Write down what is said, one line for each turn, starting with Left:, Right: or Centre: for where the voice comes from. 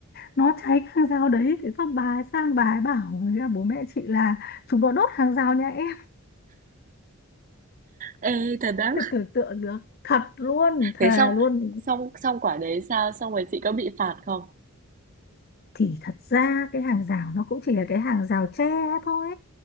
Left: nó cháy cái hàng rào đấy thế xong bà ấy sang bà ấy bảo với cả bố mẹ chị là chúng nó đốt hàng rào nhà em
Right: ê, thật á?
Left: Thế tưởng tượng được thật luôn thề
Right: Thế xong,
Left: luôn
Right: xong, xong quả đấy sao? Xong rồi chị có bị phạt không?
Left: thì thật ra cái hàng rào nó cũng chỉ là cái hàng rào tre thôi